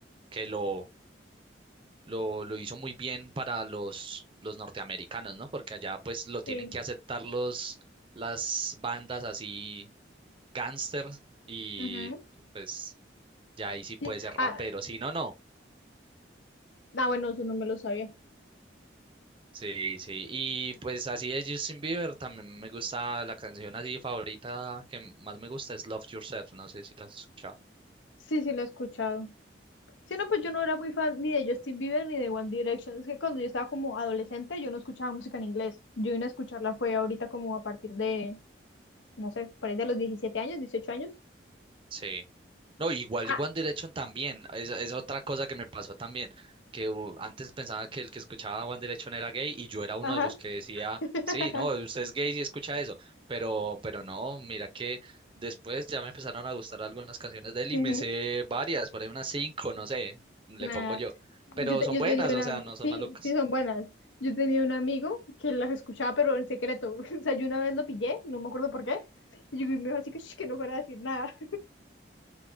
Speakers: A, on the right; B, on the left.
A: que lo lo, lo hizo muy bien para los, los norteamericanos, ¿no? Porque allá pues lo tienen
B: Sí.
A: que aceptar los, las bandas así gangsters y
B: Ajá.
A: pues ya ahí sí puede
B: Sí.
A: ser rapero,
B: Ah,
A: Sí, no, no.
B: ah, bueno, eso no me lo sabía.
A: Sí, sí. Y pues así de Justin Bieber también me gusta la canción así favorita que más me gusta es Love Yourself, no sé si la has escuchado.
B: Sí, sí, lo he escuchado. Sí, no, pues yo
A: Mm.
B: no era muy fan ni de Justin Bieber ni de One Direction. Es que cuando yo estaba como adolescente, yo no escuchaba música en inglés. Yo vine a escucharla fue ahorita como a partir de, no sé, por ahí de los 17 años, dieciocho años.
A: Sí. No, igual
B: Ah,
A: One Direction también, es, es otra cosa que me pasó también, que uh, antes pensaba que el que escuchaba One Direction era gay y yo era uno
B: ajá.
A: de los que decía,
B: <laughs>
A: sí, no, usted es gay si escucha eso, pero, pero no, mira que después ya me empezaron a gustar algunas canciones de él
B: Ujú.
A: y me sé varias, por ahí unas cinco, no sé, le
B: nah
A: pongo yo, pero
B: yo, te-
A: son
B: yo
A: buenas,
B: tenía una,
A: o sea, no
B: sí,
A: son malucas.
B: sí son buenas. Yo tenía un amigo que las escuchaba, pero en secreto. <laughs> O sea, yo una vez lo pillé, no me acuerdo por qué. Y yo me dijo así que, "Shh, que no fuera a decir nada.